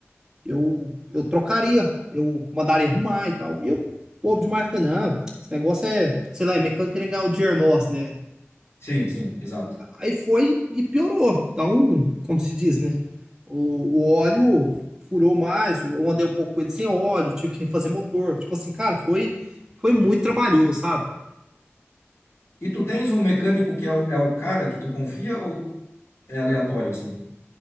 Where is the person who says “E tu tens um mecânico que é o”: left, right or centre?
Left